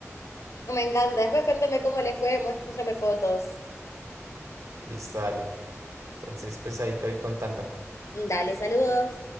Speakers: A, on the left (about 90°); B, on the right (about 80°).
A: Me encanta. Después cuéntame cómo le fue, muéstrame fotos.
B: Listo, dale. Entonces, pues ahí te voy contando.
A: Dale, saludos.